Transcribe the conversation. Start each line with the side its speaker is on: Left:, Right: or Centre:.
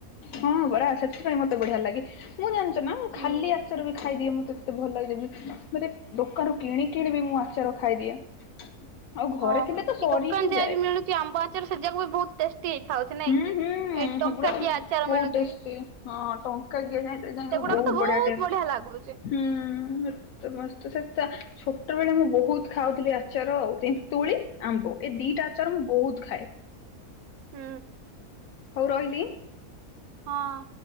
Left: ହଁ ପରା ସେଥିପାଇଁ ମତେ ବଢ଼ିଆ ଲାଗେ। ମୁଁ ଜାଣିଛ ନା ମୁଁ
Right: ହୁଁ।
Left: ଖାଲି ଆଚର ବି ଖାଇଦିଏ। ମତେ ମତେ ଭଲ ଲାଗେ ଯେମିତି। ମାନେ ଦୋକାନରୁ କିଣି କିଣି ବି ମୁଁ ଆଚାର ଖାଇଦିଏ। ଆଉ ଘରେ
Right: ହଁ
Left: ଥିଲେ ତ ସରି
Right: ଏ ଦୋକାନ
Left: ହିଁ
Right: ଯାହା
Left: ଯାଏ
Right: ବି ମିଳୁଛି ଆମ୍ବ ଆଚାର <unintelligible> ବି ବହୁତ ଟେଷ୍ଟି <unintelligible> ନାଇଁ
Left: ହୁଁ
Right: କି?
Left: ହୁଁ
Right: ଏ ଟଙ୍କା
Left: ହେଗୁଡା
Right: କିଏ ଆଚାର
Left: ବହୁତ
Right: ମିଳୁଛି।
Left: ଟେଷ୍ଟି ହଁ ଟଙ୍କା କିଆ ଯାଇ ଯାଇକି
Right: ସେଗୁଡାକ
Left: ବହୁତ
Right: ତ
Left: ବଢ଼ିଆ ଟେଷ୍ଟ।
Right: ବଢିଆ ଲାଗୁଛି।
Left: <unintelligible> ସେଟା ଛୋଟ ବେଳେ ମୁଁ ବହୁତ ଖାଉଥିଲି ଆଚାର ଆଉ ତେନ୍ତୁଳି ଆମ୍ବ ଏ ଦିଇଟା ଆଚାର ମୁଁ ବହୁତ ଖାଏ।
Right: ହୁଁ।
Left: ହଉ ରହିଲି।
Right: ହଁ।